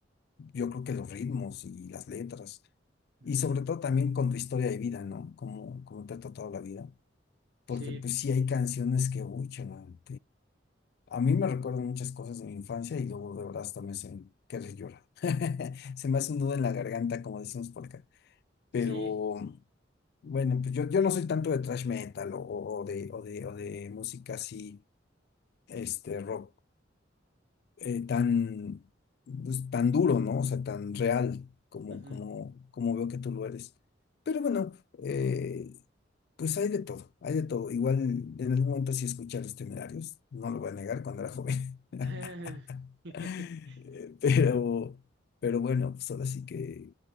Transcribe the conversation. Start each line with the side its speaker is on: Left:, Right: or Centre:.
Left: yo creo que los ritmos y las letras.
Right: Ujú,
Left: Y sobre todo también con tu historia de vida, ¿no? Como, como te ha tratado la vida.
Right: Sí,
Left: Porque pues sí hay canciones que, uy, chaval, A mí me recuerda muchas cosas de mi infancia y luego de verdad hasta me hacen querer llorar. <laughs> Se me hace un nudo en la garganta, como decimos por acá.
Right: sí.
Left: Pero bueno, pues yo, yo no soy tanto de thrash metal o, o- o de, o de, o de música así, este rock eh, tan, pues, tan duro, ¿no? O sea, tan real como,
Right: ujú.
Left: como, como veo que tú lo eres. Pero bueno, eh, pues hay de todo, hay de todo. Igual en algún momento sí escuché a Los Temerarios, no lo voy a negar, cuando era joven. <laughs>
Right: <laughs>
Left: <laughs> Eh, Pero, pero bueno, pues ahora sí que